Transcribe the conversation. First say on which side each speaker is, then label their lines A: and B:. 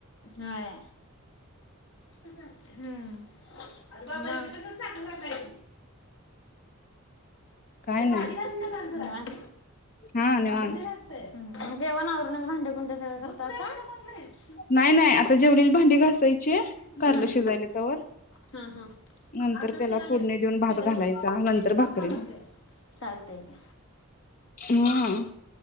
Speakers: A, on the left; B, on the left.
A: होय. हम्म म आणि काय?
B: काय नाही
A: पाणी <inaudible> निवांत
B: हा निवांत
A: आंबट लय लागतय. ह जेवण आवरूनच सगळ भांडी कुंडी करत असाल <inaudible>
B: नाय नाय आता जेव भांडी घासायचिये?
A: हम्म
B: कारलं शिजयला तवर
A: हा हा.
B: नंतर
A: अर्धा
B: त्याला
A: पेला
B: फोडणी
A: घे
B: देऊन भात
A: पेल्यात
B: घालायचा
A: ओतूया
B: नंतर
A: तवा
B: भाकरी
A: चांगला लागतंय.
B: मग
A: चालतंय की.
B: हं